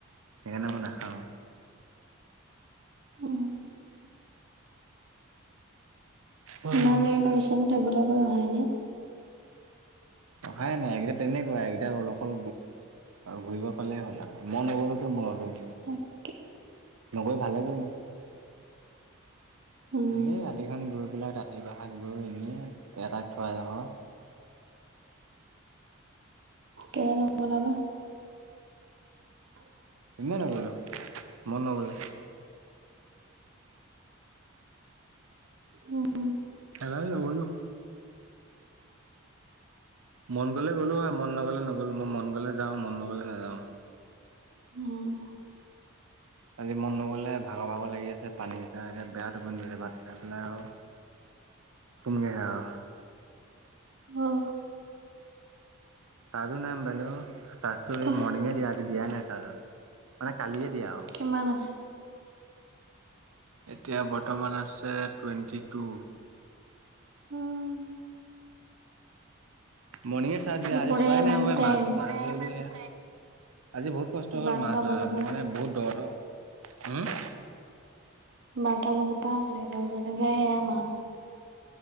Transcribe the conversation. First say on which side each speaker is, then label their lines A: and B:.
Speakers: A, on the right; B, on the right.
A: <unintelligible> মই নাখাওঁ।
B: উম।
A: অ'।
B: ইমান দেৰি কৰিছেনে? থবলৈ গৈ অহাই নাই।
A: অহাই নাই। এইকেইটা তেনেকুৱাই। এইকেইটা অ অকল ঘূৰিব পালেই হ'ল আও। মন নগলেতো <unintelligible>
B: তাকে।
A: নকৈ ভালে কৰিলো।
B: উম
A: এনেই ৰাতিখন গৈ পেলাই ৰাতি বাহত গৈ এনে দেউতাক‌ থৈ আহোঁ।
B: কেলে‌ নগলা বা? <unintelligible>
A: ইনে নগ'লোঁ। মন নগ'লে।
B: উম।
A: নাই যোৱা মইও। মন গলে গ'লো হয়। মন নগলে নগ'লো। মই মন গলে যাওঁ, মন নগলে নাযাওঁ।
B: ওহ।
A: আজি মন নগ'লে ভাগৰ-ভাগৰ লাগি আছে। পানী সিচা হেতেন বেয়া‌ টোপনি ধৰিছে। ভাত খাই পেলাই আৰু
B: <inaudible>
A: হুমগে আও।
B: ‍অহ।
A: চাৰ্জো নাই মোবাইলৰ। চাৰ্জটো
B: অহ
A: মৰ্ণিঙে দিয়া, আজি দিয়াই নাই চাৰ্জত। মানে কালিয়ে দিয়া আৰু।
B: কিমান আছে?
A: এতিয়া বৰ্তমান আছে টুৱেণ্টি টু।
B: উম।
A: মৰ্ণিঙে চাৰ্জ দিয়া।
B: দুপৰীয়া
A: আজি চোৱাই
B: ইমান
A: নাই মবাইল।
B: টাইম
A: মাছ মাছ ধৰিলো <unintelligible> আজি বহুত কষ্ট হ'ল।
B: বাৰটা
A: মাছ
B: বজাৰ
A: ধৰা
B: পৰা
A: মানে বহুত দ দ
B: বাৰটা বজাৰ পৰা চাৰিটা বজা লৈকে এইয়া মা